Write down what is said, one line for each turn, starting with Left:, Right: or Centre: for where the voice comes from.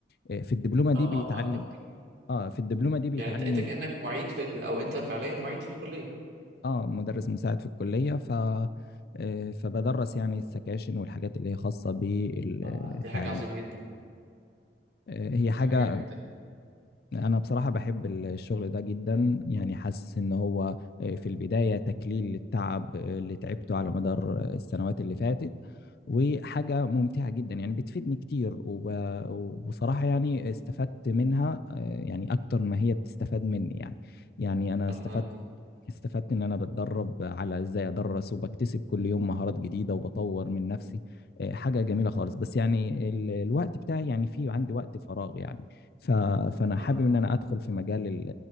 Left: آه، في الدبلومة دي
Right: اه
Left: بيتعلم
Right: اه فهمتك
Left: آه في الدبلومة دي بيتعلم
Right: يعني انت انت كأنك معيد في ال... او انت فعليا معيد في الكلية
Left: آه مدرس مساعد في الكلية ف آه، فبدرس يعني السكاشن والحاجات اللي هي خاصة بالتعليم
Right: ما دي حاجة عظيمة جدا
Left: آه، هي
Right: دي
Left: حاجة
Right: حاجة
Left: انا بصراحة بحب الشغل ده جدا يعني حاسس ان هو آه، في البداية تكليل للتعب آه، اللي تعبته على مدار آه، السنوات اللي فاتت وحاجة ممتعة جدا يعني بتفيدني كتير وب- وبصراحة يعني استفدت منها آه، يعني اكتر ما هي بتستفاد مني يعني يعني انا استفدت
Right: فهمت
Left: استفدت ان انا بتدرب على ازاي ادرس وبكتسب كل يوم مهارات جديده وبطور من نفسي آه، حاجه جميله خالص بس يعني ال- الوقت بتاعي يعني في عندي وقت فراغ يعني ف... فانا حابب
Right: اه
Left: ان انا ادخل في مجال ال...